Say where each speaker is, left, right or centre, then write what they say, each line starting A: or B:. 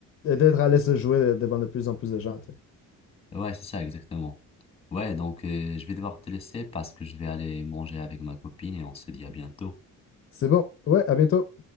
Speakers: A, on the left; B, on the left.
A: d'être à l'aise de jouer euh, devant de plus en plus de gens. tu sais.
B: Ouais, c'est ça, exactement. Ouais, donc, euh, je vais devoir te laisser parce que je vais aller manger avec ma copine et on se dit à bientôt.
A: C'est bon. Ouais, à bientôt.